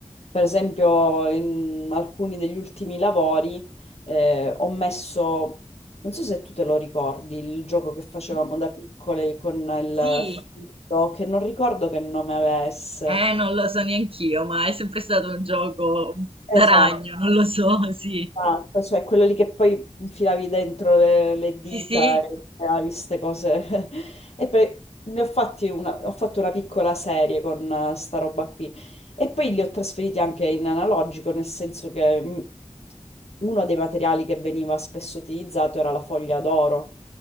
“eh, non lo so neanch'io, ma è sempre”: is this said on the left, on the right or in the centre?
Right